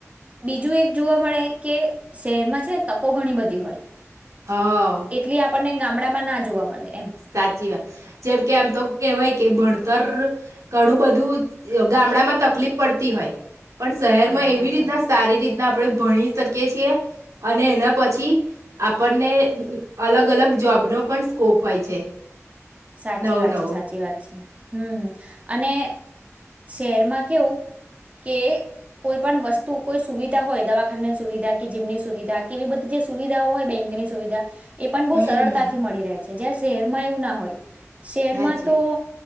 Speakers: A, on the right (about 30°); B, on the right (about 85°).
A: બીજું એક જોવા મળે કે શહેરમાં છે, ને તકો ઘણી બધી હોય
B: હા
A: એટલી આપણને ગામડામાં ના જોવા મલે
B: સાચી વાત જેમ કે આમ તો કેહેવાય કે ભણતર ઘણું બધું ગામડા માં તકલીફ પડતી હોય પણ શહેરમાં
A: હા
B: એવી
A: ગામડામાં
B: રીતના સારી રીત ના આપણે ભણી શકીએ છીએ, અને એના પછી આપણને અલગ-અલગ જોબનો પણ સ્કોપ હોય છે.
A: સાચી
B: નવો
A: વાત
B: નવો
A: છે સાચી વાત છે. હમ્મ હમ્મ અને શહેરમાં કેવું કે કોઈ પણ વસ્તુ કોઈ સુવિધા હોય, દવાખાનાની સુવિધા, કે જીમની સુવિધા કેવી બધી જે સુવિધાઓ હોય બેંકની સુવિધા એ પણ
B: હમ
A: બહુ સરળતાથી મળી રહે છે જ્યાં શહેરમાં એવું ના હોય. શેરમાં
B: સાચી
A: તો